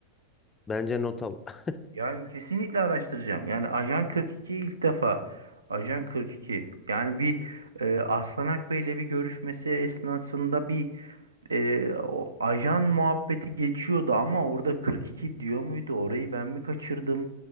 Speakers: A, on the left; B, on the right.
A: bence not al. <laughs>
B: Yani kesinlikle araştıracağım. Yani Ajan 42 ilk defa. Ajan 42. Yani bir e, Aslanak Bey'le bir görüşmesi esnasında bir e, o ajan muhabbeti geçiyordu ama orada 42 diyor muydu? Orayı ben mi kaçırdım?